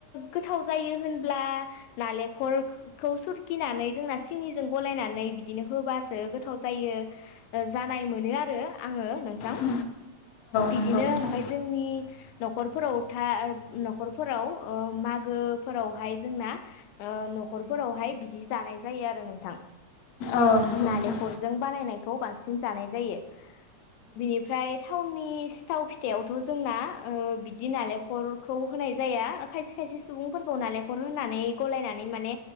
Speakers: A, on the left; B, on the left.
A: गोथाव जायो होनब्ला नालेखरखौ सुरखिनानै जोंना सिनिजों गलायनानै बिदिनो- होबासो गोथाव जायो जानाय मोनो आरो आङो नोंथां
B: औ
A: बिदिनो
B: नंगौ नोंथां
A: ओमफाय जोंनि न'खरफोराव था न'खरफोराव ओ मागोफोरावहाय जोंना ओ न'खरफोरावहाय बिदि जानाय जायो आरो नोंथां।
B: औ नंगौ
A: नालेंखरजों
B: नोंथां
A: बानायनायखौ बांसिन सिन जानाय जायो। बिनिफ्राय थावनि सिथाव फिथायावथ जोंना ओ बिदि नालेंखरखौ होनाय जाया। खायसे खायसे सुबुंफोरखौ नालेंखर होनानै गलायनानै माने